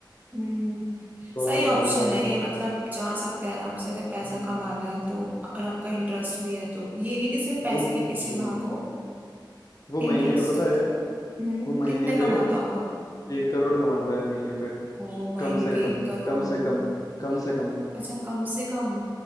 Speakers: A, on the right (about 20°); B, on the left (about 45°).
A: हम्म
B: बहुत
A: सही ऑप्शन
B: पैसा है उस
A: है ये
B: पर
A: मतलब जा सकते हैं आराम से अगर पैसा
B: हम्म,
A: कमाना है तो और आपका इंटरेस्ट भी है तो ये नहीं कि सिर्फ पैसे
B: वो
A: के पीछे
B: हम्म
A: भागो
B: वो
A: इंटरेस्ट
B: महीने पे पता
A: है
B: है
A: तो हम्म
B: वो महीने
A: कितने कमाता
B: पे
A: होगा
B: एक करोड़ कमाता है महीने पे
A: ओ महीने
B: कम से
A: के
B: कम
A: एक करोड़
B: कम से कम कम से कम
A: अच्छा कम से कम